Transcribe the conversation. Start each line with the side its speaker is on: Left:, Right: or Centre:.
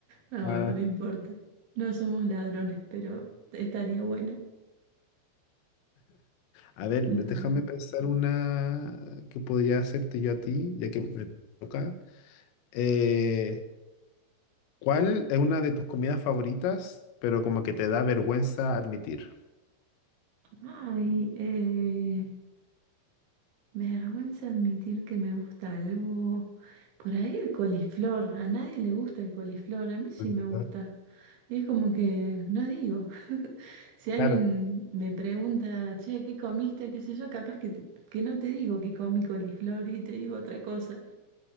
Right: No,
Left: ah,
Right: no importa. No somos ladrones, pero estaría bueno.
Left: A ver,
Right: Ay,
Left: déjame pensar una que podría hacerte yo a ti, ya que me toca. Eh, ¿cuál es una de tus comidas favoritas, pero como que te da vergüenza admitir?
Right: ay, eh, vergüenza admitir que me gusta algo. Por ahí el coliflor. A nadie le gusta el coliflor. A mí sí
Left: Ahorita.
Right: me gusta. Y es como que no digo. Si alguien
Left: Claro.
Right: me pregunta, che, ¿qué comiste? ¿Qué sé yo? Capaz que, que no te digo que comí coliflor y te digo otra cosa.